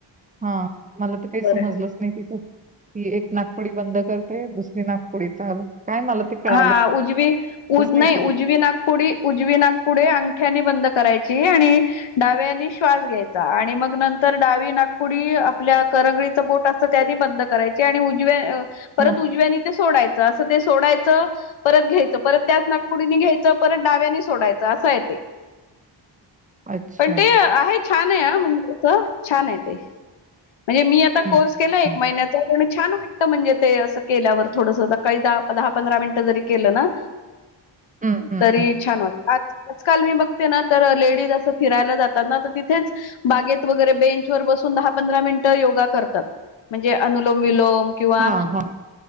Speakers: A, on the right; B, on the left.
A: हा मला तर काही
B: बरं
A: समजलंच नाही तिचं ही एक नागपुडी बंद करते दुसरी नागपुडी चालू काय मला ते कळालं
B: हा उजवी उ
A: च
B: नाही
A: तिथं.
B: उजवी ना पुडी उजवी नागपुडे अंगठ्यानी बंद करायची आणि डाव्यानी श्वास घ्यायचा आणि मग नंतर डावी नागपुडी आपल्या करंगडीचं बोट असतं त्यानी बंद करायची आणि उजव्या परत
A: हा
B: उजव्यानी ते सोडायच असं ते सोडायचं परत घ्यायचं परत त्याच नागपुडीनी घ्यायचं परत डाव्यानी सोडायचं असं आहे ते
A: अच्छा.
B: पण ते आहेत छान आहे म्हणजे छान आहे ते म्हणजे मी आता
A: हम्म,
B: कोर्स केला
A: हम्म,
B: एक
A: हम्म.
B: महिन्याचा पण छान हो म्हणजे ते असं केल्यावर थोडस कैदा पंरा मिनट री केलं ना
A: हं, हं,
B: तरी
A: हं.
B: छान वाट आजकाल मी बघते ना तर लेडीज असं फिरायला जातात ना तर तिथेच बागेत वगैरे बेंचवरर बसून दहा पंधरा मिनिटं योगा करतात म्हणजे अनुलोम विलोम किंवा
A: हां, हां.